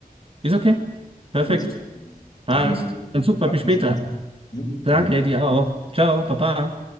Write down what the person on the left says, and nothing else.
Gut,
dann
noch
einen
schönen Tag. Jo,
genau.